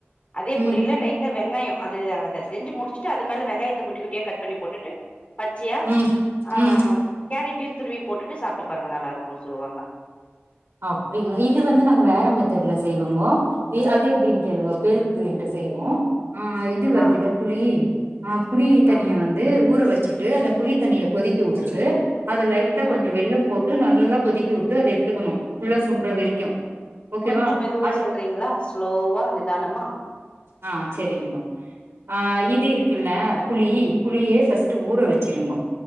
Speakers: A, on the left; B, on the right.
A: அதே
B: ம்
A: பொரில லைட் டா வெங்காயோ அது அத செஞ்சு முடிச்சுட்டு அது மேல வெங்காயத்த குட்டி குட்டியா கட் பண்ணி போட்டுட்டு பச்சையா
B: ம்
A: அ
B: ம்
A: கேரட்டயு துருவி போட்டுட்டு சாப்ட்டு பாருங்க நல்லா இருக்குன் சொல்லுவாங்க
B: அப்டிங்களா இது வந்து நாங்க வேற மெத்தட்ல செய்வோங்கோ அது எப்டின்னு கேளுங்க பேல் பூரிண்ட்டு செய்வோ ஆஹ் து வருதுல்ல
A: ஆ
B: புளி ஆ புளி தண்ணிய
A: ஆம்
B: வந்து ந்து ஊற வெச்சிட்டு அந்த புளி தண்ணியக் கொதிக்க உட்டுட்டு அத லைட்டா கொஞ்சோ
A: ஆ
B: வெல்லோம் போட் ட்டு நல்லா கொதிக்கவுட்டு அத எடுத்துக்கணு ஃபுல்லா சுண்ற வரைக்கு ஓகேவா
A: கொஞ்சோ மெதுவா
B: அது
A: சொல்றீங்ளா ஸ்லோவா நிதானமா
B: ஆ சேரிங்பா ஆ இது இரு க்குல்ல புளி புளியே ஃபஸ்ட் ஊற வெச்சுருங்கோ